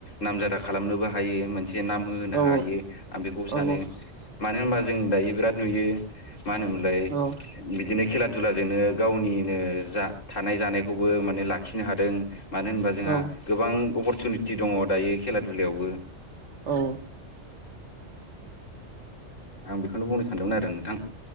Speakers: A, on the left; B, on the right.
A: नामजादा खालामनोबो हायो मोनसे नाम होहोनो
B: औ
A: हायो आं बेखौबो सानो
B: औ
A: मानो होनबा जों दायो बिराद नुयो मा होनोमोनलाय
B: औ
A: बिदिनो खेला दुलाजोंनो गावनिनो जा थानाय जानायखौ बो माने लाखिनो हादों मानो होनबा जोंहा
B: औ
A: गोबां अपरसुनिटि दङ दायो खेला दुलायावबो
B: औ
A: आं बेखौनो बुंनो सानदोंमोन आरो नोंथां